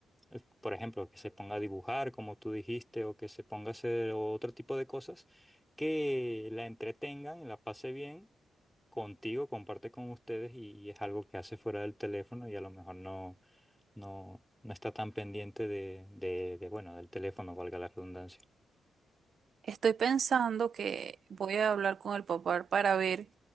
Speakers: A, in the centre; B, on the right (about 45°).
A: eh, por ejemplo, que se ponga a dibujar, como tú dijiste, o que se ponga a hacer otro tipo de cosas que la entretengan, la pase bien contigo, comparte con ustedes y, y es algo que hace fuera del teléfono y a lo mejor no, no, no está tan pendiente de, de, de, bueno, del teléfono, valga la redundancia.
B: Estoy pensando que voy a hablar con el papá para ver